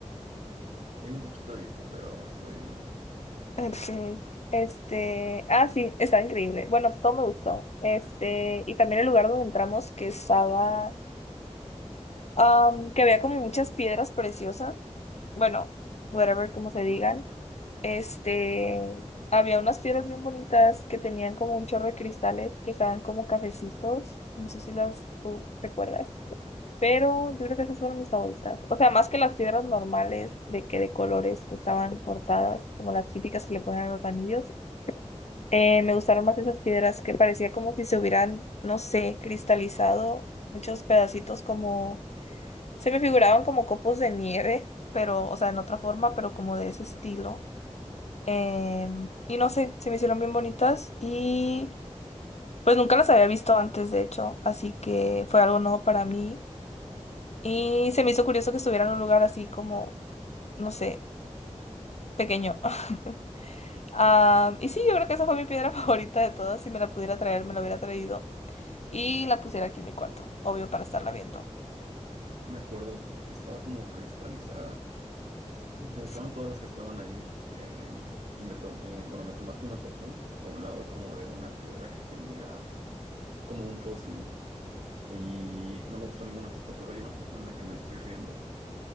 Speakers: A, on the right (about 75°); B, on the left (about 65°).
A: Tengo un poquito de hipo, pero estoy bien.
B: Ok, Este, ah, sí, estaba increíble. Bueno, todo me gustó. Este, y también el lugar donde entramos que estaba, am, que había como muchas piedras preciosas. Bueno, whatever, como se digan. Este, había unas piedras bien bonitas que tenían como un chorro de cristales que estaban como cafecitos. No sé si las tú recuerdas. Pero yo creo que esas fueron mis favoritas. O sea, más que las piedras normales de que de colores que estaban cortadas, como las típicas que le ponen a los anillos. Eh, me gustaron más esas piedras que parecía como si se hubieran, no sé, cristalizado muchos pedacitos como, se me figuraban como copos de nieve, pero, o sea, en otra forma, pero como de ese estilo. Em, y no sé, se me hicieron bien bonitas y pues nunca las había visto antes, de hecho, así que fue algo nuevo para mí. Y se me hizo curioso que estuviera en un lugar así como, no sé, pequeño. <laughs> Ah, y sí, yo creo que esa fue mi piedra <laughs> favorita de todas. Si me la pudiera traer, me la hubiera traído. y la pusiera aquí en mi cuarto, obvio para estarla viendo.
A: Me acuerdo, estaba como cristalizada. Me gustaron
B: Sí,
A: todas las que estaban ahí. em, y me tomé, bueno, me tomaste una foto a un lado como de una piedra que tenía como un fósil. Y no me gustó ninguna foto, pero hay una foto en la que me estoy riendo